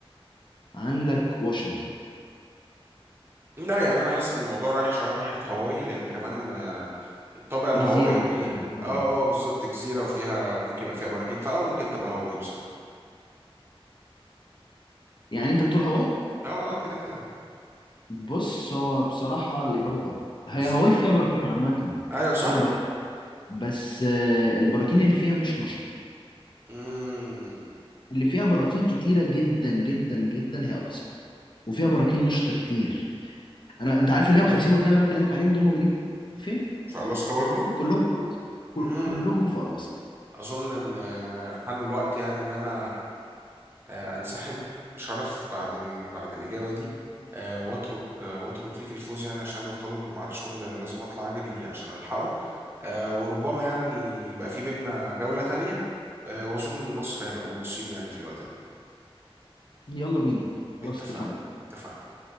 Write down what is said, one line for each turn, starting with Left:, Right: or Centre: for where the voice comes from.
Left: عندك واشنطن
Right: لا يعني انا حاسس ان الموضوع رايح شوية ناحية هاواي لان كمان آه، الطابع الهوائي
Left: جزيرة وبتاع اه
Right: اه اه بالظبط جزيرة وفيها وممكن يبقى فيها براكين فاه ممكن تبقى هاواي بصراحة
Left: يعني انت بتقول هاواي
Right: اه اه كده كده
Left: بص هو بصراحة الإجابة غلط هي
Right: ازاي
Left: هاواي
Right: يعني؟
Left: فيها براكين عامة
Right: ايوه صح
Left: فيها براكين بس آه، البراكين اللي فيها مش نشط
Right: امم
Left: اللي فيها براكين كتيرة جدا جدا جدا هي ألاسكا وفيها براكين نشطة كتير انا انت عارف ال 150 بركان اللي انا بكلمك عليهم دول موجودين فين
Right: في الاسكا برضو
Left: كلهم في ألاسكا.
Right: امم
Left: كلهم في ألاسكا
Right: اظن ان آه، حان الوقت يعني ان انا آه، انسحب بشرف بعد ال... بعد الاجابه دي آه، واترك آه، واترك ليك الفوز يعني عشان مرتبط بميعاد شغل لازم اطلع اجري عشان الحقه آه، وربما يعني يبقى في بينا جوله تانية آه، واظن النصر هيبقى من نصيب يعني في الوقت ده
Left: يلا بينا خلاص
Right: اتفقنا
Left: اتفقنا
Right: اتفقنا